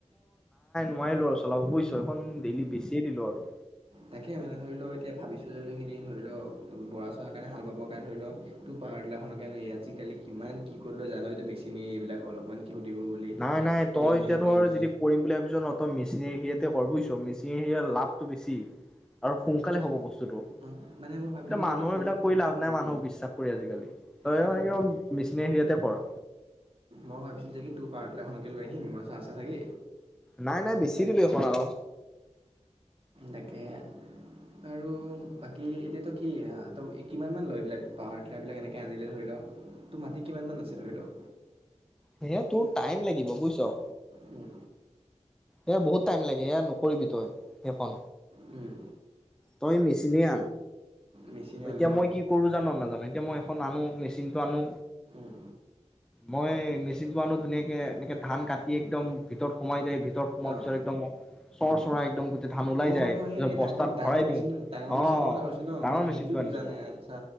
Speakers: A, in the centre; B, on the right.
A: নোৱাৰিলোঁ আৰু চলাব বুজিছ! সেইখন ডেইলি, বেছিয়ে দিলোঁ আৰু।
B: তাকে মানে ধৰি ল, এতিয়া ভাবিছোঁ যে কিনি, ধৰি ল, বৰা-চৰা কাৰণে হাল বাবৰ কাৰণে ধৰি ল, টোৰ পাৱাৰটিলাৰখনৰ কাৰণে এই আজিকালি কিমান, কি, ক'ত লয় জানইটো মেচিনেৰী এইবিলাক অলপমান কি সুধিব বুলি
A: নাই, নাই। তই
B: এনেহে
A: এতিয়া ধৰ
B: তেনেহে
A: যদি কৰিম বুলি ভাবিছ ন তই মেচ মিচিনেৰী সেয়াতে কৰ বুইছ! মিচিনৰ হেৰিয়াত লাভটো বেছি। আৰু সোনকালে
B: ভাবিছোঁ
A: হ'ব বস্তুতটো। তেতিয়া
B: মানে মই ভাবিছিলোঁ যে
A: মানুহৰ
B: কি তোক
A: এইবিলাক কৰি লাভ
B: উম
A: নাই, মানুহক
B: উম
A: বিশ্বাস কৰি আজিকালি। তয়
B: মানে
A: একদম
B: মই
A: মেচিনে হেৰিয়াতে পৰ
B: মই ভাবিছিলোঁ যে, কি তোৰ পাৰ্টলাৰ এখনকে লৈ আহিম, মই চা-চা-চাগি
A: নাই নাই বেছি
B: তাকে,
A: দিলো এখন আৰু
B: তাকে। আৰু বাকী! এতিয়াটো কি এয়া, ত' কিমানমান লয় এইবিলাক পাৱাৰটিলাৰবিলাক এনেকৈ আনিলে ধৰি ল, তোৰ মাটি কিমানমান আছে, ধৰি ল?
A: সেয়া তোৰ টাইম লাগিব বুইছ!
B: উম।
A: এয়া বহুত টাইম লাগে, এয়া আনো পৰিপিত হয় সেইখন
B: উম।
A: তই মেচিনে আন
B: মেচিনে
A: এতিয়া
B: আনো ন?
A: মই কি কৰো জানো নাজানো এতিয়া মই আন
B: উম,
A: মেচিনটো আনো
B: উম,
A: মই মেচিনটো আনো ধুনীয়াকে এনেকে ধান কাটি একদম ভিতৰত সোমাই যায়। মই
B: অ',
A: পিছত একদমই চৰ চৰা একদম গোটেই ধান ওলাই
B: অ',
A: বস্তাত
B: তই সেই এই ডাঙৰ ডাঙৰ
A: ভৰাই
B: মেচিনটো
A: দিওঁ
B: ডাঙৰ
A: অ'
B: মেচিনটোৰ কথা কৈছ ন?
A: ডাঙৰ
B: মই সেইটো
A: মেচিন টো আনিছো
B: বুজা নাই আচ্ছা।